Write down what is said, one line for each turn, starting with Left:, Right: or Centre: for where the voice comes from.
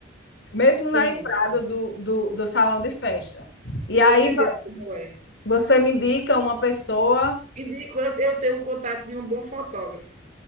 Left: mesmo
Right: Sim,
Left: na entrada do, do, do salão de festa. E
Right: estou
Left: aí
Right: entendendo como é.
Left: você me indica uma pessoa.
Right: Indico, eu eu tenho o contato de um bom fotógrafo.